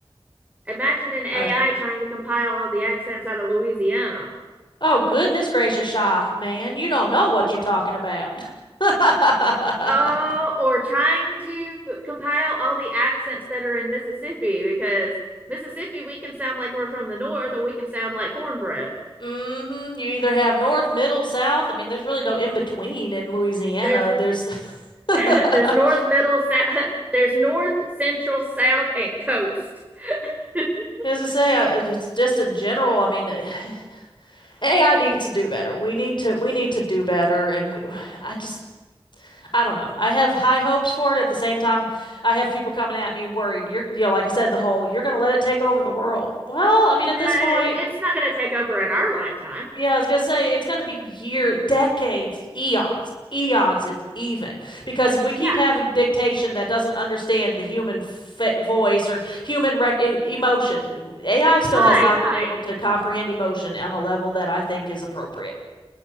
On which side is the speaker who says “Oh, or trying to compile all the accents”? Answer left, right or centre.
Right